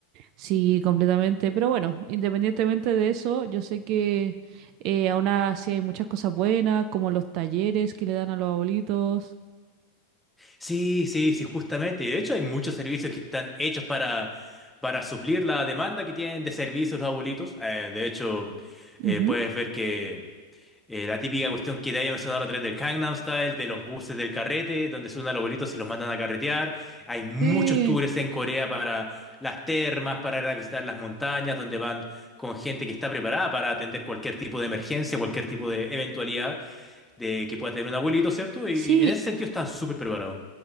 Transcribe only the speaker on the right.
Sí, completamente. Pero bueno, independientemente de eso, yo sé que eh, aún así hay muchas cosas buenas, como los talleres que le dan a los abuelitos.
Ujú.
Sí,
sí,